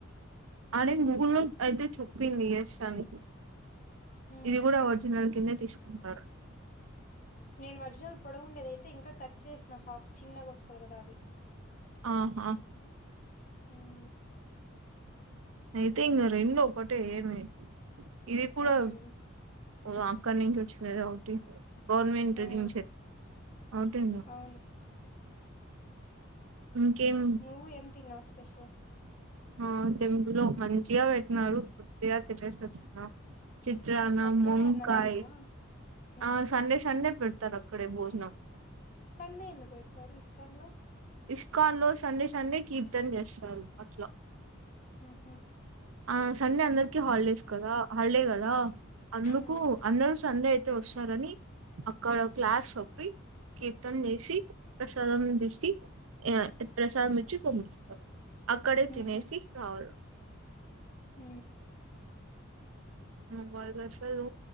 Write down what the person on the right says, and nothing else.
ఆడే గూగుల్ ను అయితే చప్పింది యస్ అని
ఇది కూడా ఒరిజినల్ కిందే తీసుకుంటారు
ఆహా
అయితేంగా రెండ ఒకటే ఏమి ఇది కూడా
ఓ అక్కడని అ గవర్నమెట్
ఇ అటీ
ఇంకేం
ఆ టెంపులో మంచిగా పెట్టినారు పూర్తిగా తినేసి వచ్చన్నారు చిత్రన్న
మొంకాయ
ఆ సండే సండే పెట్ త్తక్కడ భోజనం
ఇస్కాన్ లో సండే సండే కీర్ ఇథం చేస్తారు అట్లా
ఆ సండే అంద హాలిడేస్ కదా హాలిడ్ కదా అందకు
అందరు సండే యి వస్తారని అక్కడ క్లాస్ ఒప్పి కీర్తన చేసి ప్రసాదం తీసుకు ప్రసాదం ఇచ్చి పంపిస్తారు ఆక్కడ
తినేసి రావులి
వాళ్ళు అసలు